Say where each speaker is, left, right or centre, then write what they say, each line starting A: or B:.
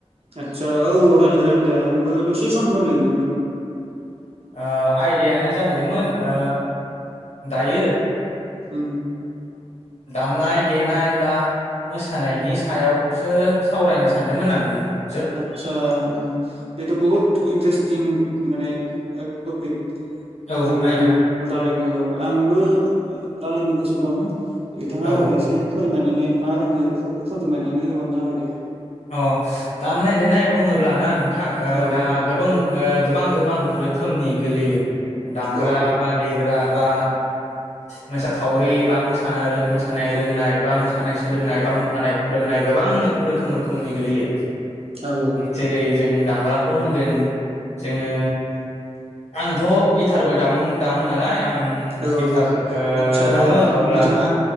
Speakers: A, on the right; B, on the left.
A: आदसा औ रायलायजागोन दे आंबो दसे सम होनो नोंनो
B: ओ आयदायानो जाहैदोंमोन ओ दायो
A: उम
B: दामनाय देनाय बा मोसानायनि सायावसो सावरायनो सानदोंमोन आं नों
A: आतसा बेथ' बहुत इन्टारेसथिं माने टपिक
B: औ
A: जों
B: आयदा
A: रायलायनायाव आंबो रायलायनो गोसो दं बिथाङा
B: औ
A: आंनो
B: औ
A: एसे फोरोंमायनानै मा रोङो बेफोरखौ फोदायनानै होबानो जाबाय दे
B: अ दामनाय देनाय बुङोब्ला ना नोंथां
A: औ
B: दा
A: औ
B: गोबां गोबां गोबां रोखोमनि गोलैयो दामग्रा
A: औ
B: बा देग्रा बा मोसाखावरि बा मो मोसानाय रोंनाय बा मोसानाय सोलोंनाय बा मोसानाय फोरोंनाय गोबां रोखोम रोखोमनि गोलैयो
A: औ
B: जेरै जों दामग्राखौ होनगोन जोङो आंथ' गिटारबो दामो दामो नालाय आं
A: औ
B: गिटार
A: आदसा
B: दामो अब्ला
A: बिथाङा